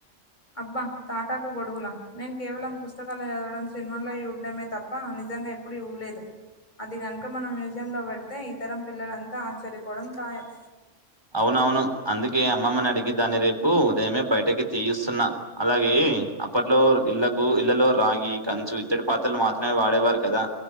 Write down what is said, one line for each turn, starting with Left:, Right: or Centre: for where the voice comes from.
Left: అబ్బా తాటాకు గొడుగులా నేను కేవలం పుస్తకాలు చదవడం సినిమాల్లో చూడడమే తప్ప అని నిజంగా ఎప్పుడు చూళ్ళేదు అది కనుక మనం మ్యూజియంలో పెడితే ఇతరం పిల్లలంతా ఆశ్చర్యపోవడం ఖాయం
Right: అవునవును అందుకే అమ్మమ్మని అడిగి దాన్ని రేపు ఉదయమే బయటకి తీయిస్తున్నా అలాగే అప్పట్లో ఇళ్లకు ఇళ్లలో రాగి కంచు ఇత్తడి పాత్రలు మాత్రమే వాడేవారు కదా